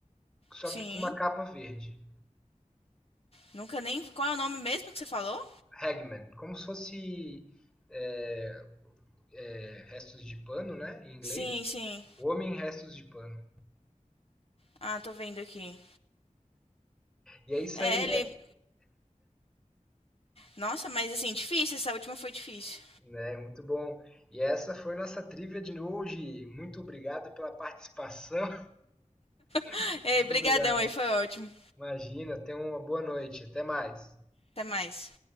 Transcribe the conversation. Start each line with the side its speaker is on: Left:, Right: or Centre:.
Centre: só
Left: Sim.
Centre: que com uma capa verde.
Left: Nunca nem. Qual é o nome mesmo que você falou?
Centre: Hagman, como se fosse é, é, restos de pano, né? Em inglês.
Left: Sim, sim.
Centre: O homem em restos de pano.
Left: Ah, tô vendo aqui.
Centre: E é isso
Left: É,
Centre: aí,
Left: ele.
Centre: é,
Left: Nossa, mas assim, difícil. Essa última foi difícil.
Centre: né? Muito bom. E essa foi nossa trivia de hoje. Muito obrigado pela participação.
Left: <laughs>
Centre: <laughs>
Left: Ei,
Centre: Muito
Left: brigadão
Centre: obrigado.
Left: aí, foi ótimo.
Centre: Imagina, tenha uma boa noite. Até mais.
Left: Até mais.